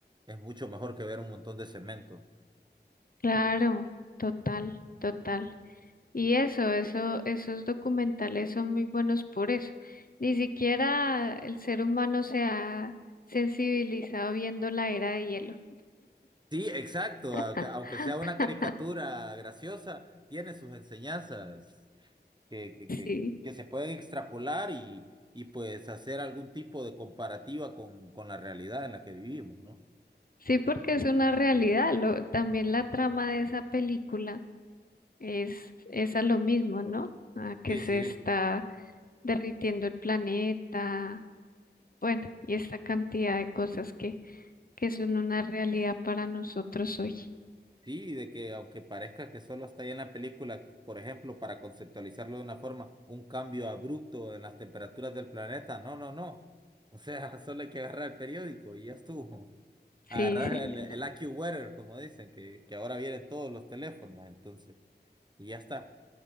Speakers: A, on the right; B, on the left.
A: es mucho mejor que ver un montón de cemento.
B: claro, total, total. Y eso, eso, esos documentales son muy buenos por eso. Ni siquiera el ser humano se ha sensibilizado viendo la era de hielo.
A: Sí, exacto,
B: <laughs>
A: aunque, aunque sea una caricatura graciosa, tiene sus enseñanzas. que, que, que,
B: Sí,
A: que se pueden extrapolar y, y pues hacer algún tipo de comparativa con, con la realidad en la que vivimos, ¿no?
B: sí, porque es una realidad. Lo, también la trama de esa película es, es a lo mismo, ¿no? A que
A: Sí,
B: se
A: sí,
B: está derritiendo el planeta, bueno, y esta cantidad de cosas que, que son una realidad para nosotros hoy.
A: sí, de que aunque parezca que solo está ahí en la película, por ejemplo, para conceptualizarlo de una forma, un cambio abrupto en las temperaturas del planeta, no, no, no. O sea, <laughs> solo hay que agarrar el periódico y ya estuvo.
B: Sí,
A: Agarrar
B: señor.
A: el, el AccuWeather, como dicen, que, que ahora vienen todos los teléfonos, entonces, y ya está.